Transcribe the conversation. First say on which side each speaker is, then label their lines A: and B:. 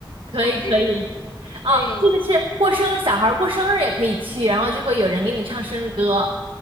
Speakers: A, on the right; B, on the left.
A: 可以可以。
B: 我们这边
A: 哦，
B: 对
A: 这个是过生日，小孩儿过生日也可以去，然后就会有人给你唱生日歌。